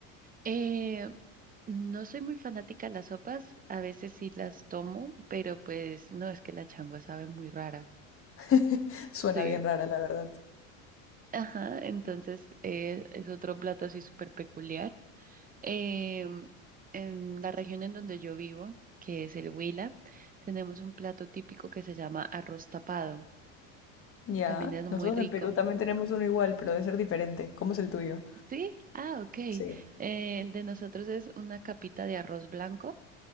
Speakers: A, on the right (about 20°); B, on the left (about 35°).
A: Eh, no soy muy fanática de las sopas, a veces sí las tomo, pero pues no, es que la changua sabe muy rara.
B: <laughs> Suena
A: Sí,
B: bien rara, la verdad.
A: ajá, entonces eh, es otro plato así súper peculiar. Em, en la región en donde yo vivo, que es el Huila, tenemos un plato típico que se llama arroz tapado.
B: Ya,
A: También es muy
B: nosotros
A: rico.
B: en Perú también tenemos uno igual, pero debe ser diferente. ¿Cómo es el tuyo?
A: Sí, ah, ok. Eh,
B: Sí.
A: el de nosotros es una capita de arroz blanco